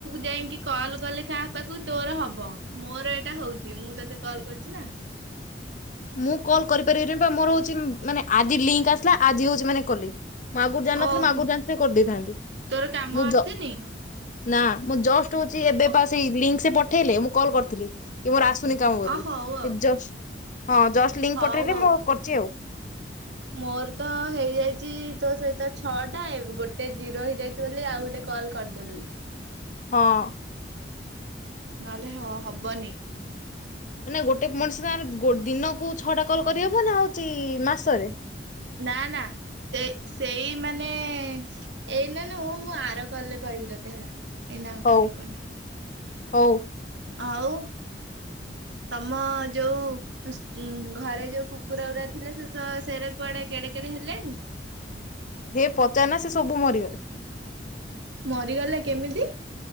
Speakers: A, on the right; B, on the left.
A: ଯାଇକି କଲ କଲେ କାହା ପାଖକୁ ତୋର ହବ ମୋର ଏଟା ହଉଛି ମୁଁ ତତେ କଲ୍ କରିଛି ନା?
B: ମୁଁ କଲ୍ କରିପାରିବିନି ପା ମୋର ହଉଛି ମାନେ ଆଜି ଲିଙ୍କ ଆସିଲା ଆଜି ହଉଛି ମାନେ କଲି। ମୁଁ ଆଗୁରୁ ଜାଣି ନଥିଲେ
A: ଓହୋ
B: ମୁଁ ଆଗୁରୁ ଜାଣିଥିଲେ କରିଦେଇଥାନ୍ତି
A: ତୋର କାମ
B: ମୁଁ
A: ଆସିନି
B: ଜ ନା ମୁଁ ଜଷ୍ଟ ହଉଛି
A: ଅ
B: ଏବେ ପା ସେଇ ଲିଙ୍କ ସେ ପଠେଇଲେ ମୁଁ କଲ୍ କରିଥିଲି କି ମୋର ଆସୁନି କାଇଁ ବୋଲି
A: ହଉ
B: କି
A: ଆଉ
B: ଜସ୍ ହଁ ଜଷ୍ଟ ଲିଙ୍କ
A: ହଉ
B: ପଠେଇଲେ
A: ହଉ
B: ମୁଁ କରିଛି ଆଉ।
A: ମୋର ତ ହେଇଯାଇଚି ତୋ ସହିତ ଛଅଟା ଏଵ୍ ଗୋଟେ ଜିରୋ ହେଇଯାଇ ବୋଲି ଆଉ ଗୋଟେ କଲ କରିଦେଲି।
B: ହଁ।
A: ନହଲେ ହ ହବନି।
B: ମାନ ଗୋଟେ ମଣିଷ ସାଙ୍ଗରେ ଗୋ ଦିନକୁ ଛଅଟା କଲ କରିହବ ନା ହଉଛି ମାସରେ?
A: ନା ନା ସେ ସେଇ ମାନେ ଏଇ ନା ନୁହଁ ମୁଁ ଆର କଲ୍ ରେ କହିବି ତତେ ହେଲା ଏଇନା
B: ହଉ
A: କହିହବନି।
B: ହଉ।
A: ହଉ ତମ ଯୋଉ <unintelligible> ଘରେ ଯୋଉ କୁକୁର ଗୋରା ଥିଲେ ସେ ସ ସେରା କୁଆଡେ଼ କେଡ଼େ କେଡ଼େ ହେଲେଣି?
B: ହେ ପଚାର ନା ସେ ସବୁ ମରିଗଲେ।
A: ମରିଗଲେ କେମିତି?